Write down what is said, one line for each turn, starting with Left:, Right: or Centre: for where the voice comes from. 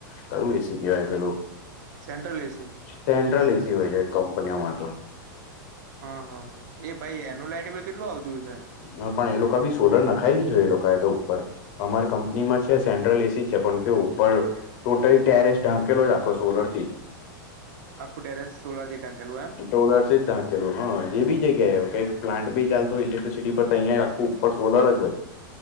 Left: કયુ એસી કેવાય પેલું
Right: સેન્ટ્રલ એસી
Left: સેન્ટ્રલ એસી હોય છેાય કંપનીઓમાં તો
Right: હા હા એ ભાઈ એનું લાઈટબલ કેટલું આવતું છે.
Left: હ પણ એ લોકો બી સોલર ન નાખાયલીી જો એ લોકો એ તો ઉપર અમારી કંપની માં છે સેન્ટ્રલ એસી છે પણ કે ઉપર ટોટલ ટેરેસ ઢાંકેલો જ આખો સોલર થી જ.
Right: આખું ટેરેસ સોલર થી ઢંકેલું એમ
Left: ટોલર જલું હ જે બી જગ્યા એ કઈક પ્લાન્ટ ભી ચાલતો ઇ સિટી પર અહીંયા આખ ઉપર સોલર જ હોય